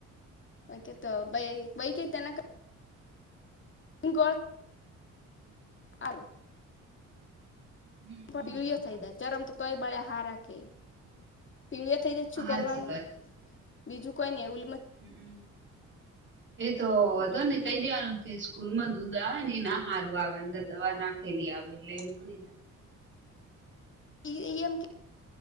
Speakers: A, on the left (about 40°); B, on the right (about 40°).
A: ઓ કે તો બાકના ગો. આું
B: હમ્મ હમ્મ
A: પીળ
B: આપડા
A: થઈ જાય ચરમ તો તોય બળે હાર રાખ પીળિયા થઈ જત શું
B: હાચી
A: કરવાનું.
B: વાત
A: બીજું કોઈને એવું
B: હમ્મ એતો તોને કહી દેવાનું કે સ્કૂલ માં દૂધ આવે ને ના હારું આવે અંદર દવા ના ખેલી આવે એટલે એ મો <inaudible>
A: પેલી એમ કે